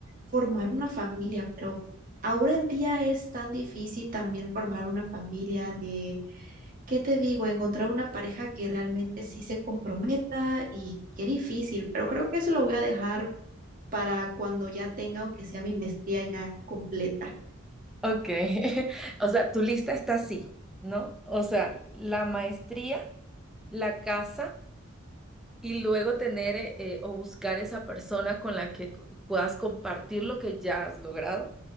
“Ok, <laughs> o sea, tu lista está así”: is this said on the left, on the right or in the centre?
Centre